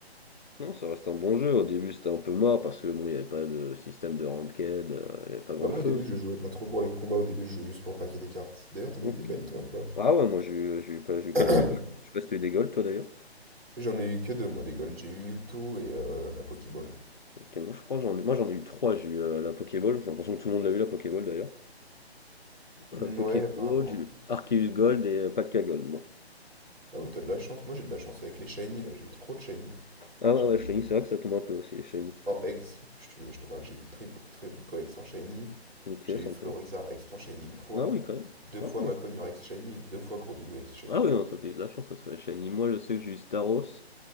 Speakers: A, on the left; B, on the right.
A: non, ça reste un bon jeu. Au début, c'était un peu mort parce que bon, il n'y avait pas de système de ranked, euh, il n'y avait pas grand-chose.
B: Bah moi au début je jouais pas trop pour les combats, au début je jouais juste pour paquer des cartes. D'ailleurs t'en
A: Donc,
B: as eu des belles toi ou pas?
A: ah ouais, moi, j'ai eu, j'ai eu, pas- j'ai eu
B: <coughs>
A: quelques goals. Je sais pas si t'as eu des goals, toi, d'ailleurs.
B: <clears throat> J'en ai eu que deux moi des Gold, j'ai eu Mewtwo et euh, la Pokéball.
A: Ok, moi, je crois, que j'en, ai- moi, j'en ai eu trois. J'ai eu euh, la Pokéball. J'ai l'impression que tout le monde l'a eu, la Pokéball, d'ailleurs. Euh,
B: Hmm,
A: Pokéball,
B: ouais apparemment
A: j'ai
B: un
A: eu
B: peu.
A: Arceus Gold et Pacta Gold, moi.
B: Ah oui t'as de la chance, moi j'ai de la chance avec les Shiny là, j'ai eu trop de Shiny.
A: Ah
B: J'ai
A: ouais, ouais,
B: eu
A: Shiny, c'est vrai que ça tombe un peu aussi, les Shiny.
B: en Ex, je, te je te parle, j'ai eu le Tri- Tripico Ex en Shiny,
A: Ok,
B: J'ai
A: sympa.
B: eu Florizarre Ex-Enchaîné une fois,
A: Ah oui, quand même.
B: deux
A: Ah,
B: fois
A: ouais.
B: Macognure Ex-Shiny et deux fois Gros Doudou Ex-Shiny.
A: Ah oui, non, toi, t'as eu de la chance, ça serait Shiny. Moi, je sais que j'ai eu Staros